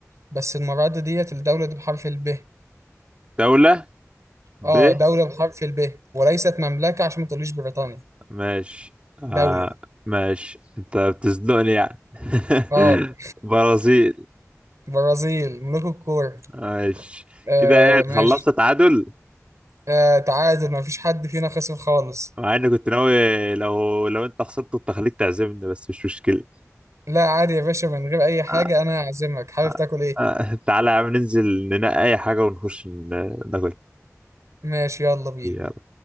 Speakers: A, on the right; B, on the right.
A: بس المرة دي ديت الدولة دي بحرف الب
B: دولة ب
A: اه دولة بحرف الب وليست مملكة عشان ما تقوليش بريطانيا
B: ماشي آه
A: دولة
B: ماشي انت بتزنقني يعني <laughs>
A: اه
B: برازيل
A: برازيل ملوك الكورة
B: ماشي
A: آه
B: كده ايه
A: ماشي
B: خلصت تعادل
A: آه تعادل ما فيش حد فينا خسر خالص
B: مع اني كنت ناوي لو لو انت خسرت كنت هخليك تعزمني بس مش مشكلة
A: لا عادي يا باشا من غير أي حاجة
B: آه،
A: أنا هعزمك حابب
B: آه،
A: تاكل إيه؟
B: آه، تعالى يا عم ننزل ننقي اي حاجة ونخش ن- ناكل
A: ماشي يلا بينا
B: يلا